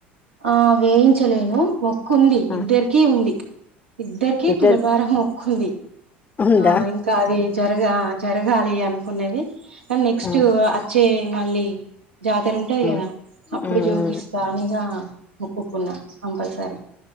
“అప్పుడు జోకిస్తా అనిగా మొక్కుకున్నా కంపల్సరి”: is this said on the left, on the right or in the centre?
Right